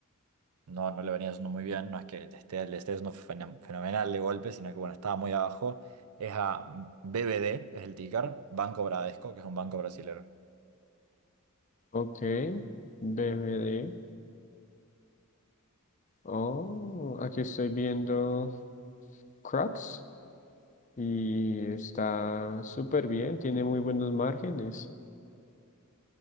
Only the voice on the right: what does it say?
No, no le venía haciendo muy bien, no es que le esté, le esté haciendo fenomenal fenomenal de golpe, sino que bueno, estaba muy abajo. Es a BBD, es el ticker, Banco Bradesco, que es un banco brasilero.